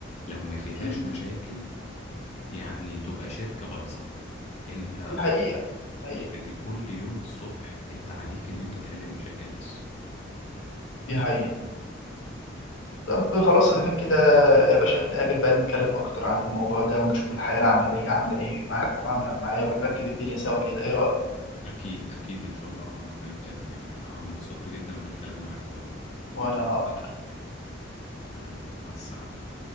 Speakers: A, on the left; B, on the left.
A: لو ما فيهاش
B: مم.
A: مشاكل يعني تبقى شركة بايظة انت
B: دي حقيقه حقيقه
A: يعني كل يوم الصبح انت عليك ان انت تحل المشاكل بس
B: دي حقيقه طب خلاص اذا كان كده يا باشا نتقابل بقى نتكلم اكتر عن الموضوع ده ونشوف الحياه العمليه عامله ايه معاك وعامله معايا ونرتب الدنيا سوا كده ايه رايك
A: اكيد اكيد ان شاء الله هنتقابل يعني انا انبسطت جدا بالكلام معاك والله
B: وانا اكتر
A: حبيبي مع السلامة